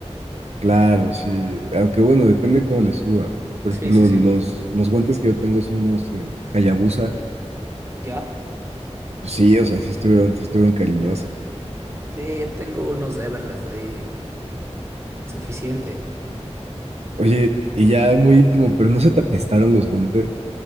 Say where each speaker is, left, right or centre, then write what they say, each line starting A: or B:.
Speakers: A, on the right; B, on the right.
A: Claro, sí. Aunque bueno, depende cómo le subas. Por
B: Sí,
A: ejemplo,
B: sí, sí.
A: los, los guantes que yo tengo son unos eh, Hayabusa.
B: Ya.
A: Pues sí, o sea, sí estuvieron, sí estuvieron cariñosos.
B: Sí, yo tengo unos Everlast ahí, suficiente,
A: Oye, y ya muy íntimo, pero no se te apestaron los guantes,